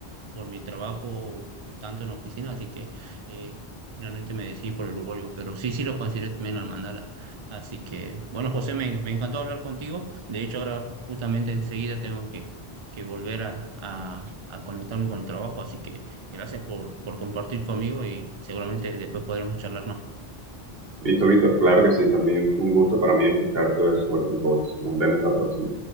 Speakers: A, on the right; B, on the right.
A: por mi trabajo eh, tanto en la oficina, así que eh, finalmente me decidí por el Volvo, pero sí, sí lo consideré también al mandala. Así que, bueno, José, me, me encantó hablar contigo. De hecho, ahora justamente enseguida tengo que, que volver a, a- a conectarme con el trabajo, así que gracias por, por compartir conmigo y seguramente después podremos charlar más.
B: Listo, Víctor, claro que sí, también fue un gusto para mí escuchar todo eso sobre tus hobbies. Nos vemos la próxima.